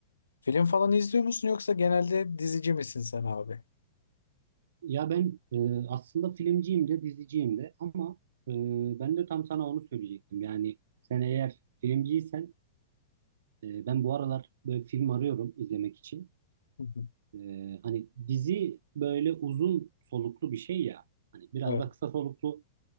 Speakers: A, on the left (about 80°); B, on the right (about 60°).
A: Film falan izliyor musun yoksa genelde dizici misin sen abi?
B: Ya ben e, aslında filmciyim de diziciyim de ama e, ben de tam sana onu söyleyecektim. Yani sen eğer filmciysen e, ben bu aralar böyle film arıyorum izlemek için.
A: Hı hı.
B: E, hani dizi böyle uzun soluklu bir şey ya. Hani biraz
A: Evet.
B: da kısa soluklu